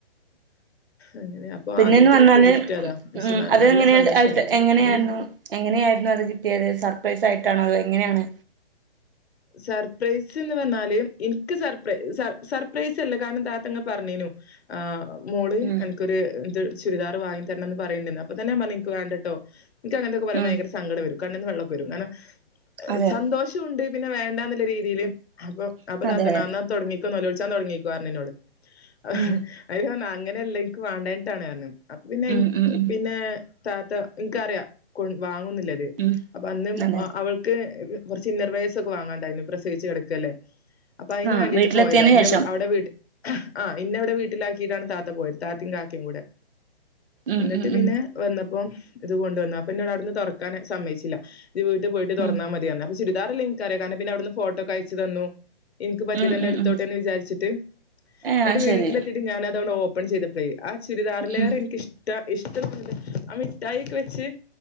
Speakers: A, on the left; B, on the right.
A: അങ്ങനെ അപ്പൊ
B: പിന്നെന്ന്
A: ആദ്യായിട്ട്
B: പറഞ്ഞാല്
A: കിട്ടിയ ഗിഫ്റ്റ് അതാ പക്ഷെ
B: ഉം
A: ന-
B: അത്
A: നല്ല
B: എങ്ങനെ
A: സന്തോഷായി
B: ആയിട്ട് എങ്ങനെയായിരുന്നു
A: ഉം
B: എങ്ങനെയ ആയിരുന്നു അത് കിട്ടിയത് സർപ്രൈസ് ആയിട്ടാണോ അത് എങ്ങനെയാണ്
A: സർപ്രൈസ് ന്ന് പറഞ്ഞാല് എനിക്ക് സർപ്ര സർപ്രൈസ് അല്ല കാരണം താത്തന്നോട് പറഞ്ഞിനു ആഹ് മോള്
B: ഉം
A: അന്ക്കൊരു ത് ചുരിദാർ വാങ്ങി തരനംന്ന് പറയ്ണ്ട് അപ്പ തന്നെ ഞാൻ പറഞ്ഞിന് ഇന്ക് വേണ്ടട്ടോ ഇൻക്ക് അങ്ങനൊക്കെ പറയുമ്പോ
B: ഉം
A: സങ്കടം വരും കണ്ണ്ന്ന് വെള്ളക്കെ വരും കാരണം
B: അതെ
A: സന്തോഷണ്ട് പിന്നെ വേണ്ടന്ന രീതി രീതിയില്
B: ഉം
A: അപ്പൊ അപ്പൊ
B: അതെ
A: താത്തറ്ഞ്ഞു
B: അതെ
A: തുടങ്ങിക്കോ നോലോലിച്ചാൻ തുടങ്ങിക്കോ അയ്ൽ ഞാൻ പറഞ്ഞു
B: ഉം
A: അങ്ങനെല്ല ഇന്ക്ക് വേണ്ടാഞ്ഞിട്ടാണ്റ്ഞ്ഞു അപ്പ പിന്നെ ഇന്ക്
B: ഉം ഉം ഉം
A: പിന്നെ താത്ത എനിക്കറിയാം കൊ വാങ്ങുന്നിള്ള്
B: ഉം
A: അപ്പോ അന്ന്
B: അതെ
A: അവൾക്ക് കൊറച്ചു ഇന്നർ വേയെസ് സൊക്കെ വാങ്ങാണ്ടയിനു പ്രസയിച്ച്കിടക്കല്ലേ അപ്പൊ അതിന്
B: ആഹ്
A: വേണ്ടിട്ട്
B: വീട്ടിലെത്തിയതിന്
A: പോയതാ ഇന്നെ
B: ശേഷം
A: അവിടെവീട്ല് ആഹ് ഇന്ന വിടെ വീട്ടിലാക്കിട്ടാണ് താത്ത പോയത് താത്തിം കാക്കിം കൂടെ
B: ഉം
A: ന്നിട്ട്
B: ഉം
A: പിന്നെ
B: ഉം
A: വന്നപ്പം ഇത് കൊണ്ടുവന്നു അപ്പൊ എന്നോട് അവിടുന്ന് തുറക്കാൻ സമ്മയിച്ചില്ല ഇയ്യ് വീട്ടിൽ പോയിട്ട് തുറന്നാൽ
B: ഉം
A: മതിയാർഞ്ഞു ചുരിദാർ ഇള്ള് ഇൻ കറിയ കാരണ്ണം പിന്നെ അവിന്ന് ഫോട്ടോ ക്കെ അയച്ചു തന്നു എനിക്ക് പറ്റിയത്
B: ഉം
A: തന്നെ
B: ഉം
A: എടുത്തോട്ടെന്ന്
B: ഉം
A: വിചാരിച്ചിട്ട്
B: ഏഹ്
A: എന്നിട്ട്
B: അത്
A: വീട്ടിലെത്തിട്ട്
B: ശരി
A: ഞാനതങ്ങട്ട് ഓപ്പൺ ചെയ്തത് ആ ചുരിദാറിലേറെ
B: ഉം
A: എനിക്ക് ഇഷ്ട ഇഷ്ടംന്നില്ല ആ മിഠായിക്കെ വെച്ച്